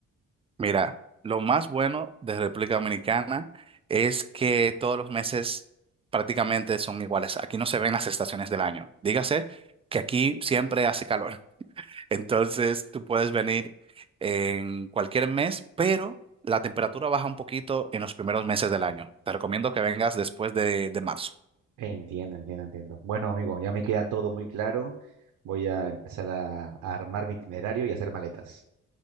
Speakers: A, on the right (about 20°); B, on the right (about 80°).
A: Mira, lo más bueno de República Dominicana es que todos los meses prácticamente son iguales. Aquí no se ven las estaciones del año. Dígase que aquí siempre hace calor. <laughs> Entonces tú puedes venir en cualquier mes, pero la temperatura baja un poquito en los primeros meses del año. Te recomiendo que vengas después de, de marzo.
B: Entiendo, entiendo, entiendo. Bueno, amigo, ya me queda todo muy claro. Voy a empezar a, a armar mi itinerario y hacer maletas.